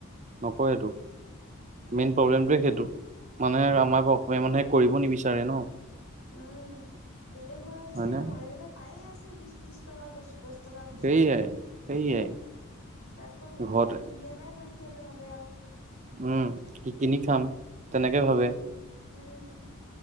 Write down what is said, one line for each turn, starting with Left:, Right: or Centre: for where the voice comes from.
Right: নকৰেতো
Left: উম
Right: মেইন প্ৰব্লেমটোৱে সেইটো মানুহে
Left: উম
Right: আমাৰ আকৌ অসমীয়া মানুহে কৰিব নিবিচাৰে ন। <inaudible>
Left: উম এলেহুৱা হৈছে
Right: হয়নে
Left: ন এইবিলাক পায়ে আছে বিশ, ত্ৰিছ টকা বস্তু দশ বস্তু
Right: সেয়াই
Left: তাতকৈ
Right: সেয়াই
Left: ধুনীয়াকৈ
Right: ঘৰতে
Left: কিনি আনাই ভাল সিহঁতে ভাবে আৰু
Right: উম কিনি খাম তেনেকে ভাবে
Left: উম উম